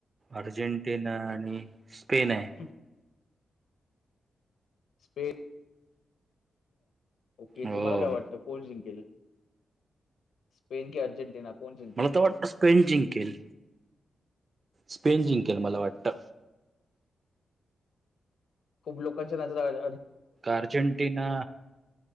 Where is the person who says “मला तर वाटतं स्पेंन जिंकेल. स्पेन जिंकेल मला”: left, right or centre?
Right